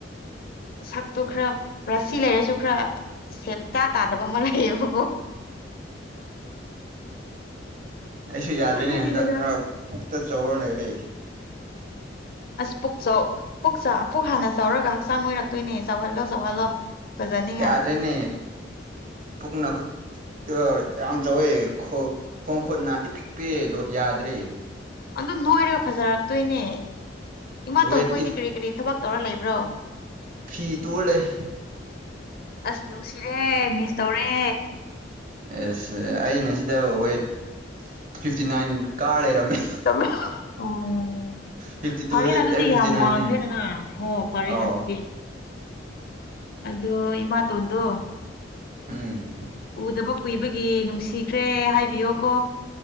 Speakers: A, on the left; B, on the right.
A: ꯁꯛꯇꯣ ꯈ꯭ꯔ ꯄꯦꯁ ꯁꯤ ꯂꯩꯔꯁꯨ ꯈ꯭ꯔ ꯁꯦꯞ ꯏꯇꯥ ꯇꯥꯗꯕ ꯑꯃ ꯂꯩꯌꯦꯕ
B: ꯑꯩꯁꯨ ꯌꯥꯗ꯭ꯔꯦꯅꯦ
A: ꯑꯗꯨꯒꯤꯅꯤꯗ
B: ꯍꯟꯗꯛ ꯃꯔꯛ ꯄꯨꯛꯇ ꯆꯥꯎꯔ ꯂꯩꯔꯦ
A: ꯑꯁ ꯄꯨꯛ ꯆꯥꯎ ꯄꯨꯛ ꯆꯥ ꯄꯨꯛ ꯍꯥꯟꯅ ꯆꯥꯎꯔꯒ ꯍꯛꯆꯥꯡ ꯅꯣꯏꯔꯛꯇꯣꯏꯅꯦ ꯆꯥꯎꯍꯜꯂꯣ ꯆꯥꯎꯍꯜꯂꯣ ꯐꯖꯅꯤꯡꯉꯥꯏ
B: ꯌꯥꯗ꯭ꯔꯦꯅꯦ ꯄꯨꯛꯅ ꯈꯨꯠ ꯑ ꯌꯥꯝ ꯆꯥꯎꯋꯦ ꯈꯣ ꯈꯣꯡ ꯈꯨꯨꯠꯅ ꯏꯄꯤꯛ ꯄꯤꯛꯑꯦ ꯌꯥꯗ꯭ꯔꯦ
A: ꯑꯗꯨ ꯅꯣꯏꯔꯒ ꯐꯖꯔꯛꯇꯣꯏꯅꯦ ꯏꯃꯥꯇꯣꯟꯈꯣꯏꯗꯤ
B: ꯋꯦꯠꯇꯤ
A: ꯀꯔꯤ ꯀꯔꯤ ꯊꯕꯛ ꯇꯧꯔ ꯂꯩꯕ꯭ꯔꯣ
B: ꯐꯤ ꯇꯨꯔ ꯂꯩ
A: ꯑꯁ ꯅꯨꯡꯁꯤꯔꯦ ꯃꯤꯁ ꯇꯧꯔꯦ
B: ꯑꯦꯁ ꯑꯩꯅ ꯁꯤꯗ ꯋꯦꯠ ꯐꯤꯐꯇꯤ ꯅꯥꯏꯟ ꯀꯥꯔ ꯂꯩꯔꯝꯃꯦ
A: ꯂꯩꯔꯝꯃꯦ ꯑꯣ
B: ꯐꯤꯐꯇꯤ ꯇꯨꯗꯒꯤ
A: ꯐꯔꯦꯅꯥ ꯑꯗꯨꯗꯤ
B: ꯗꯥꯏꯔꯦꯛ ꯐꯤꯐꯇꯤ
A: ꯌꯥꯝ
B: ꯅꯥꯏꯟꯅꯦ
A: ꯋꯥꯡꯈ꯭ꯔꯦꯗꯅ ꯍꯣ ꯐꯔꯦꯅ
B: ꯑꯧ
A: ꯑꯗꯨꯗꯤ ꯑꯗꯣ ꯏꯃꯥꯇꯣꯟꯗꯣ
B: ꯎꯝ
A: ꯎꯗꯕ ꯀꯨꯏꯕꯒꯤ ꯅꯨꯡꯁꯤꯈ꯭ꯔꯦ ꯍꯥꯏꯕꯤꯌꯣꯀꯣ